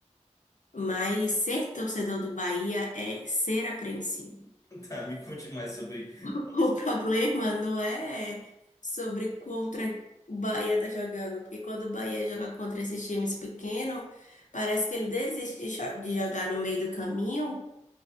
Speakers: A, on the left; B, on the left.
A: Mas ser torcedor do Bahia é ser apreensivo.
B: <laughs> Tá, me conte mais sobre
A: <laughs>
B: como
A: O
B: é esse
A: problema
B: time
A: não
B: do
A: é
B: Bahia.
A: sobre contra o Bahia tá jogando, porque quando o Bahia joga contra esses times pequenos, parece que ele desiste de, cho- de jogar no meio do caminho